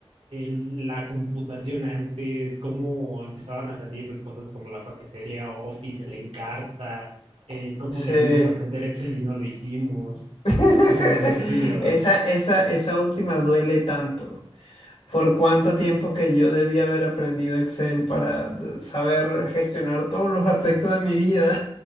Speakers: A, on the right (about 70°); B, on the left (about 85°).
A: el- la computación antes, cómo empezaban a salir cosas como la paquetería Office, el Encarta, eh, cómo
B: sí.
A: debimos aprender Excel y no lo hicimos,
B: <laughs>
A: cosas de ese estilo.
B: Esa, esa, esa última duele tanto. Por cuánto tiempo que yo debía haber aprendido Excel para d- saber gestionar todos los aspectos de mi vida.